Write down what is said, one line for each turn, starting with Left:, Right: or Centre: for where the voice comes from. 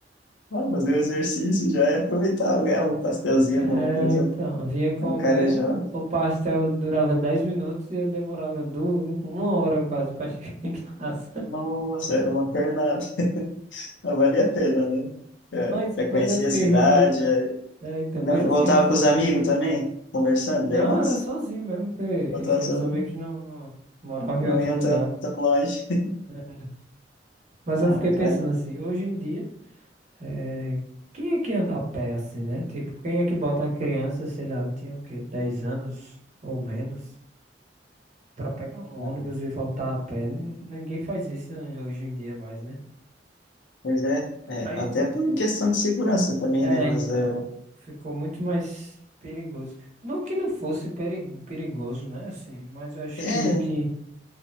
Left: Ah, fazer um exercício já e aproveitar, ganhar um pastelzinho,
Right: É,
Left: alguma coisa.
Right: então,
Left: né?
Right: vinha comendo,
Left: Ah, O cara já,
Right: o pastel durava 10 minutos e eu demorava duas, uma hora quase pra <laughs> chegar em casa. <laughs>
Left: nossa, era uma pernada. Mas valia a pena, né? Já,
Right: Mas,
Left: já
Right: mas
Left: conhecia
Right: eu fiquei
Left: a cidade,
Right: refletindo.
Left: já-
Right: É, então,
Left: não,
Right: mas eu
Left: voltava
Right: fiquei
Left: com os amigos também, conversando,
Right: Não,
Left: daí é massa.
Right: era sozinho mesmo, porque,
Left: Voltava
Right: enfim,
Left: sozinho,
Right: os amigos não, não moravam
Left: não
Right: em outro
Left: iam
Right: lugar,
Left: tão,
Right: né?
Left: tão longe. <laughs>
Right: Era. Mas
Left: Ah,
Right: eu fiquei
Left: mas
Right: pensando
Left: vale.
Right: assim, hoje em dia, eh, quem é que anda a pé assim, né? Tipo, quem é que bota uma criança, sei lá, eu tinha o quê, 10 anos ou menos, pra pegar um ônibus
Left: Ah,
Right: e voltar a pé? Nin- Ninguém faz isso hoje em dia mais, né?
Left: pois é. É,
Right: Aí,
Left: até por questão de segurança também,
Right: é,
Left: né? Mas,
Right: então,
Left: eh,
Right: ficou muito mais perigoso. Não que não fosse peri- perigoso, né? Assim, mas eu acho
Left: é,
Right: que, que